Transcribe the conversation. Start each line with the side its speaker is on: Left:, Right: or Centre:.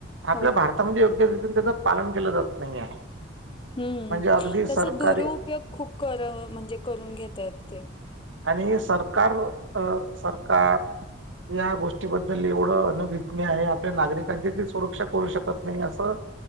Left: हो.
Right: आपल्या भारतामध्ये योग्य रीतीने त्याचं पालन केलं जात नाही आहे.
Left: हम्म
Right: म्हणजे अगदी
Left: त्याचा
Right: सरकारी
Left: दुरुपयोग खूप कर म्हणजे करून घेतय आहेत ते
Right: आणि सरकार अ सरकार. या गोष्टीबद्दल एवढं अनभीितनी आहे आपल्या नागरिकांची ती सुरक्षा करू शकत नाही असं.